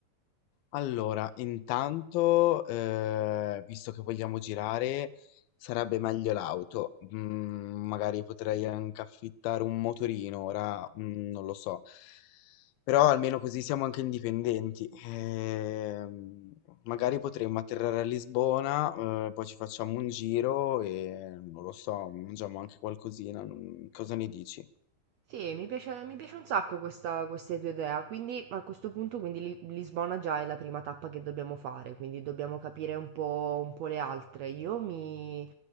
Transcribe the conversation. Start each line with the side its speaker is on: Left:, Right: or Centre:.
Left: Allora, intanto, eh, visto che vogliamo girare, sarebbe meglio l'auto. Mm, magari potrei anche affittare un motorino, ora, mm, non lo so. Però almeno così siamo anche indipendenti. Ehm, magari potremmo atterrare a Lisbona, eh, poi ci facciamo un giro e, non lo so, mangiamo anche qualcosina. non- Cosa ne dici?
Right: Sì, mi piace mi piace un sacco questa queste tua idea, quindi a questo punto quindi Li Lisbona già è la prima tappa che dobbiamo fare, quindi dobbiamo capire un po' un po' le altre. Io mi